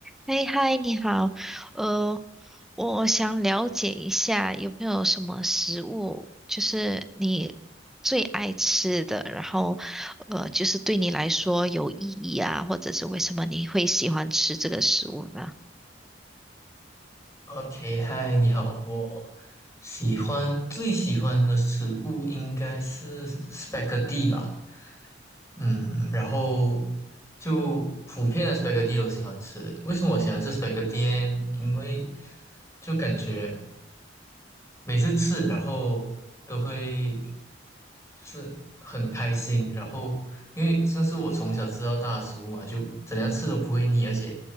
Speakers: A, in the centre; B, on the left (about 15°).
A: 哎，嗨，你好，呃，我想了解一下有没有什么食物，就是你最爱吃的，然后，呃，就是对你来说有意义啊，或者是为什么你会喜欢吃这个食物呢？
B: OK，嗨，你好，我喜欢最喜欢的食物应该是 spaghetti 吧，嗯，然后就普遍的 spaghetti 都喜欢吃。为什么我喜欢吃 spaghetti？呢因为就感觉每次吃，然后都会就是很开心，然后因为这是我从小吃到大的食物嘛，就怎样吃都不会腻，而且